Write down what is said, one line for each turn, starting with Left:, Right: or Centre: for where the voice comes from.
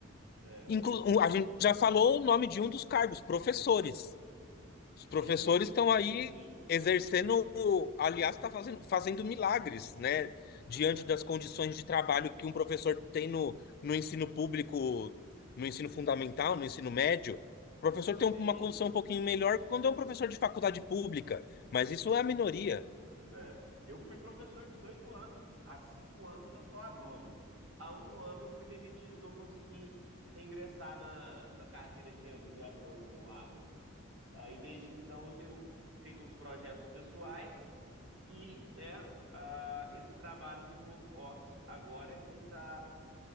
Right: É.
Left: Inclu- um- a gente já falou o nome de um dos cargos, professores.
Right: Sim,
Left: Os professores estão aí
Right: sim.
Left: exercendo, aliás, está fazendo, fazendo milagres, né? Diante
Right: É.
Left: das condições de trabalho que um professor tem no, no ensino público, no ensino fundamental, no ensino médio. O professor
Right: Eu sei.
Left: tem uma condição um pouquinho melhor quando é um professor de faculdade pública, mas isso é a minoria.
Right: É. Eu fui professor 18 anos. Há cinco anos eu sou agrônomo. Há um ano eu fui demitido e não consegui reingressar na, na carreira de, de agrônomo no agro. Aí desde então eu tenho feito uns projetos pessoais e, né, ah, esse trabalho de home office agora que tá